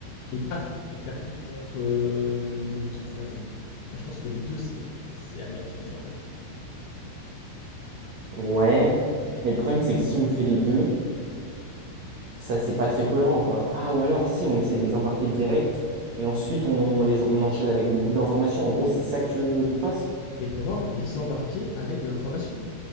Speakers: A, on the left; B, on the right.
A: et paf, on percute, on montre euh, le, le nouveau truc qu'on a créé. Moi je pense que les deux, c'est c'est la meilleure solution en fait.
B: Ouais, mais le problème c'est que si on fait les deux, ça c'est pas très cohérent quoi. Ah ou alors si on essaie de les embarquer direct et ensuite on les on enchaîne avec beaucoup d'informations. En gros, c'est ça que tu veux qu'on fasse?
A: Mais pour moi, on peut les embarquer avec de l'information.